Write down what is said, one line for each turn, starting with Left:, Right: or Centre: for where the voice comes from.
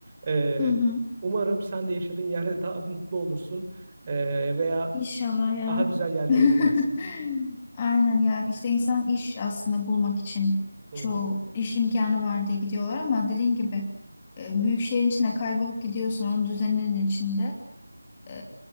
Right: E,
Left: Hı hı.
Right: umarım sen de yaşadığın yerde daha <laughs> mutlu olursun E, veya
Left: İnşallah ya.
Right: daha güzel yerlere
Left: <laughs>
Right: gidersin.
Left: Aynen ya işte insan iş aslında bulmak için
Right: Hı
Left: çoğu
Right: hı.
Left: iş imkanı var diye gidiyorlar ama dediğin gibi e, büyük şehrin içine kaybolup gidiyorsun onun düzeninin içinde E,